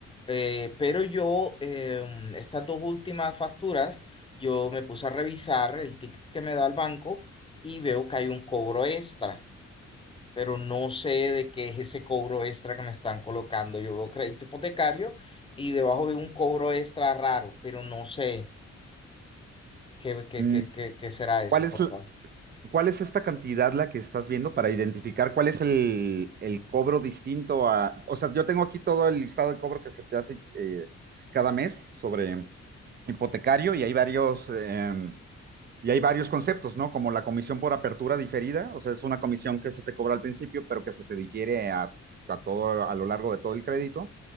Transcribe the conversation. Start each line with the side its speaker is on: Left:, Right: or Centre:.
Left: eh, pero yo, em, estas dos últimas facturas, yo me puse a revisar el ticket que me da el banco y veo que hay un cobro extra. pero no sé de qué es ese cobro extra que me están colocando. Yo veo crédito hipotecario y debajo veo un cobro extra raro, pero no sé qué, qué,
Right: Mm,
Left: qué, qué, qué será eso,
Right: ¿Cuál es,
Left: por
Right: la-
Left: favor.
Right: cuál es esta cantidad la que estás viendo para identificar cuál es el, el cobro distinto a... O sea, yo tengo aquí todo el listado de cobro que se te hace eh, cada mes sobre... hipotecario y hay varios eh, y hay varios conceptos, ¿no? Como la comisión por apertura diferida, o sea, es una comisión que se te cobra al principio, pero que se te difiere a, a todo a lo largo de todo el crédito.